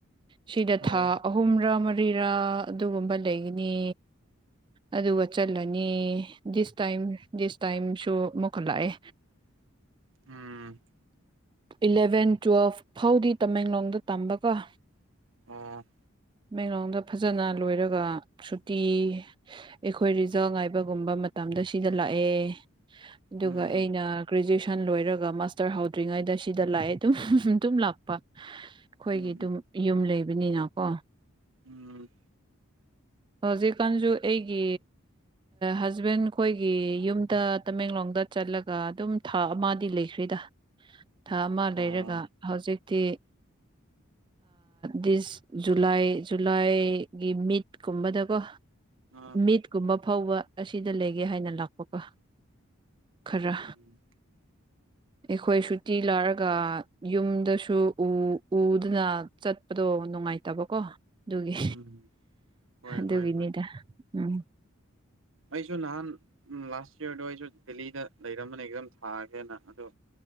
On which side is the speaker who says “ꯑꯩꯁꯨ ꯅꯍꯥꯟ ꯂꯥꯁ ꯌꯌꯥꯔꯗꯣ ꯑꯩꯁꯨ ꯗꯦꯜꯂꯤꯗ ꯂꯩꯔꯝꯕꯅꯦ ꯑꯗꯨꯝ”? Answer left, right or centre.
Right